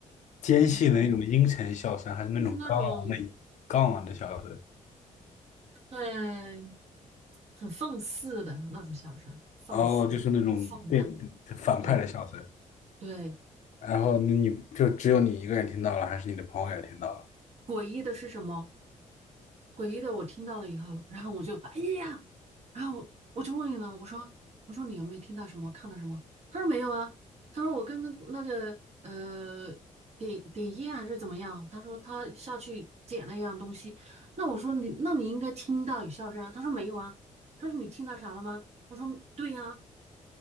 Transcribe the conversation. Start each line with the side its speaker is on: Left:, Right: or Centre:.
Left: 尖细的那种阴沉笑声，
Right: 嗯，
Left: 还是那种刚昂的刚昂的笑声？
Right: 就是那种。很很放肆的那种笑声，放肆、
Left: 哦，就是那种对
Right: 嗯放荡，
Left: 反派的笑声。
Right: 对对。
Left: 然后那你就只有你一个人听到了，还是你的朋友也听到了？
Right: 诡异的是什么？诡异的我听到了以后，然后我就哎呀，然后我就问了，我说我说你有没有听到什么，看到什么？他说没有啊，他说我刚刚那个呃点点烟还是怎么样？他说他下去捡了一样东西。那我说你那你应该听到有笑声啊。他说没有啊。他说你听到啥了吗？我说对呀、